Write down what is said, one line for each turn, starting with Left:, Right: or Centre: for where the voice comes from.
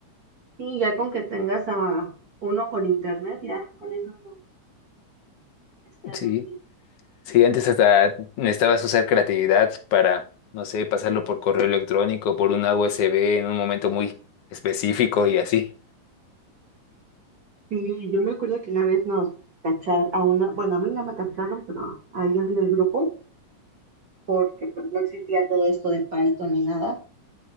Right: Sí, ya con que tengas a uno con internet, ya con eso es ganancia.
Left: Sí. Sí, antes hasta necesitabas usar creatividad para, no sé, pasarlo por correo electrónico, por una USB en un momento muy específico y así.
Right: Sí, yo me acuerdo que una vez nos cacharon a una, bueno, a mí no me cacharon, pero a alguien del grupo, porque pues no existía todo esto de Python ni nada.